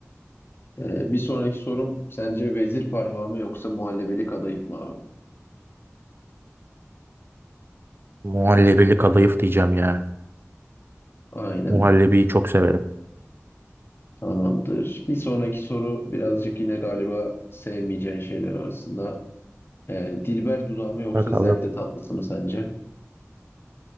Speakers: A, on the left; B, on the right.
A: Ee, bir sonraki sorum sence vezir parmağı mı yoksa muhallebelik kadayıf mı abi?
B: Muhallebili kadayıf diyeceğim ya.
A: Aynen
B: Muhallebiyi çok severim.
A: tamamdır. Bir sonraki soru birazcık yine galiba sevmeyeceğin şeyler arasında. Ee, Dilber dudağı mı yoksa
B: Bakalım.
A: zerde tatlısı mı sence?